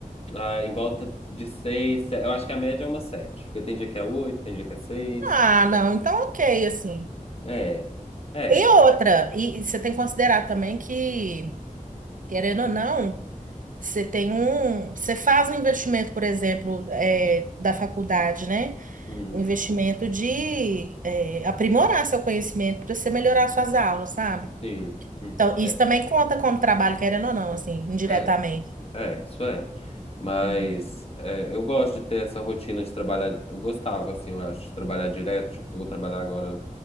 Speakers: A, on the left; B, on the right.
A: ah, em volta de seis, se- eu acho que a média é uma sete, porque tem dia que é oito, tem dia que é seis.
B: Ah, não, então ok, assim.
A: É, é,
B: E outra, e você tem que considerar também que, querendo ou não, você tem um. Você faz um investimento, por exemplo, é, da faculdade, né?
A: uhum,
B: Um investimento de é, aprimorar seu conhecimento para você melhorar suas aulas, sabe?
A: sim, hum,
B: Então, isso
A: é,
B: também conta como trabalho, querendo ou não, assim, indiretamente.
A: é, é, isso é. Mas
B: Hum.
A: é, eu gosto de ter essa rotina de trabalhar. Eu gostava, assim, eu acho, de trabalhar direto. Tipo, vou trabalhar agora